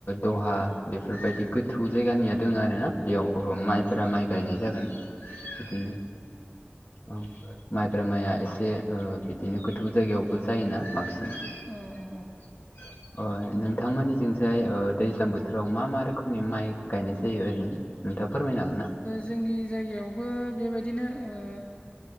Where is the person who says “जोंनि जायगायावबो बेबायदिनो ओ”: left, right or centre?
Left